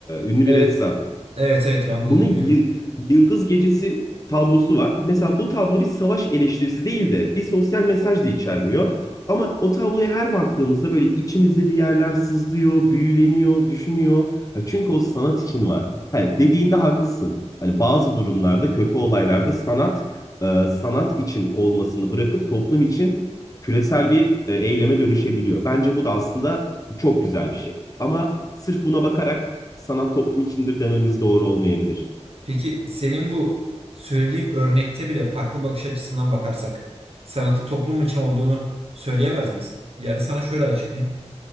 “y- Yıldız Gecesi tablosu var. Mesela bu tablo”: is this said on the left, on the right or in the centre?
Left